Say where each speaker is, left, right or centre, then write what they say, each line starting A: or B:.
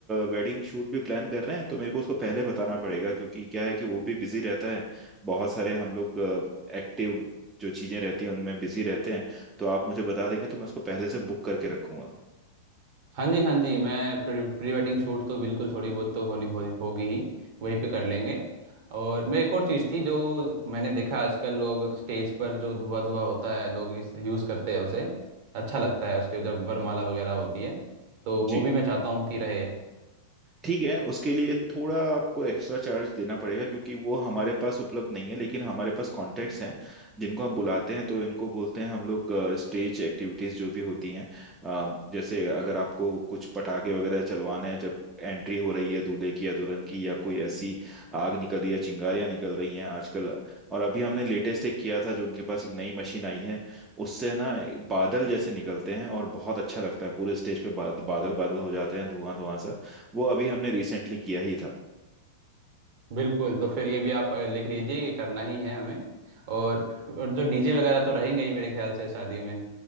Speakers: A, on the right (about 15°); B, on the right (about 50°).
A: वेडिंग शूट भी प्लान कर रहे हैं तो मेरे को उसको पहले बताना पड़ेगा क्योंकि क्या है कि वो भी बिजी रहता है बहुत सारे हम लोग एक्टिव जो चीजें रहती हैं उनमें बिजी रहते हैं तो आप मुझे बता देंगे तो मैं उसको पहले से बुक करके रखूंगा
B: हाँ जी हाँ जी मैं प्री, प्री वेडिंग शूट तो बिल्कुल थोड़ी बहुत तो होनी हो, होगी ही वहीं पे कर लेंगे और मैं एक और चीज़ थी जो मैंने देखा आजकल लोग स्टेज पर जो धुआं धुआं होता है लोग इस यूज़ करते हैं उसे अच्छा लगता है उसके जब वरमाला वगैरह होती है तो
A: जी
B: वो भी मैं चाहता हूँ कि रहे
A: ठीक है उसके लिए थोड़ा आपको एक्स्ट्रा चार्ज देना पड़ेगा क्योंकि वो हमारे पास उपलब्ध नहीं है लेकिन हमारे पास कॉन्टैक्ट्स हैं जिनको हम बुलाते हैं तो इनको बोलते हैं हम लोग स्टेज एक्टिविटीज जो भी होती हैं अम, जैसे अगर आपको कुछ पटाखे वगैरह चलवाने हैं जब एंट्री हो रही है दूल्हे की या दुल्हन की या कोई ऐसी आग निकल रही है चिंगारियां निकल रही हैं आजकल और अभी हमने लेटेस्ट एक किया था जो उनके पास एक नई मशीन आई है उससे ना बादल जैसे निकलते हैं और बहुत अच्छा लगता है पूरे स्टेज पे बाद, बादल बादल हो जाते हैं धुआं धुआं सा वो अभी हमने रिसेंटली किया ही था
B: बिल्कुल तो फिर ये भी आप अ, लिख लीजिए ये करना ही है हमें और, और जो डीजे वगैरह तो रहेंगे ही मेरे ख्याल से शादियों में